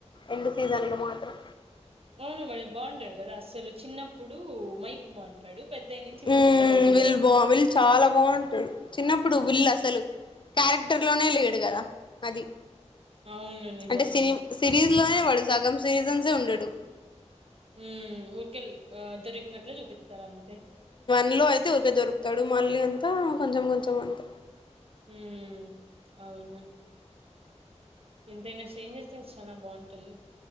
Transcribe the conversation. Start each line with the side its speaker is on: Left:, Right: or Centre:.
Left: ఎండ్ సీజన్ లో మాత్రం
Right: అవును వాడు బావుంటడు గదా అసలు చిన్నప్పుడు మైక్ బావుంటాడు పెద్దయి నుంచి
Left: మ్మ్
Right: విళ్ళు బలే ఉంటాడు
Left: వీళ్ళు బా వీళ్ళు చాలా బాగుంటాడు చిన్నప్పుడు వీల్ళు అసలు క్యారెక్టర్ లోనే లేడు గదా అది
Right: అవును నిజము
Left: అంటే సిరీజ్ లోనే వాడు సగం సీజన్సే ఉండడు
Right: ఉమ్ ఊరికెల్ ఆ దొరికినట్లే జూపిత్తారు అంతే
Left: నిలో అయితే ఊరికే దొరుకుతడు మళ్ళీ అంతా కొంచం కొంచం అంత
Right: ఉమ్ అవును ఎంతైనా చేంజేస్తే చాలా బాగుంటుంది